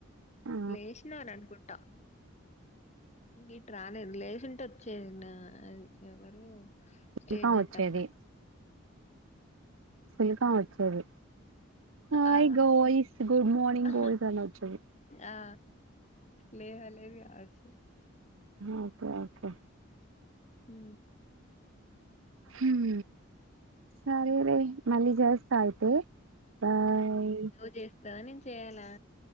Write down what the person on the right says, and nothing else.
ఆ
ఇంకా వచ్చేది
సుల్కా వచ్చేది హాయ్
గ్రాయ్స్ గుడ్ మార్నింగ్
గాయిస్ అని వచ్చేది
ఓకే ఓకే
హుం సరే లే మళ్లీ జేస్త అయితే బాయ్